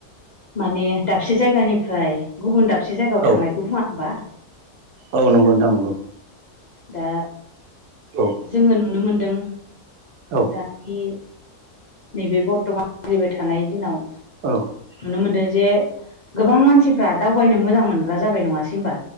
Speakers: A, on the left; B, on the right.
A: माने दाबसे जायगानिफ्राय गुबुन दाबसे जायगायाव
B: औ
A: थांनायखौ बुङा होमबा
B: औ नंगौ नोंथां नंगौ
A: दा
B: औ
A: जोङो नुनो मोनदों
B: औ
A: दानि नैबे बर्थमान सोलिबाय थानाय दिनाव
B: औ
A: नुनो मोनदों जे गोबां मानसिफ्रा दावबायनो मोजां मोनग्रा जाबाय नङासै होनबा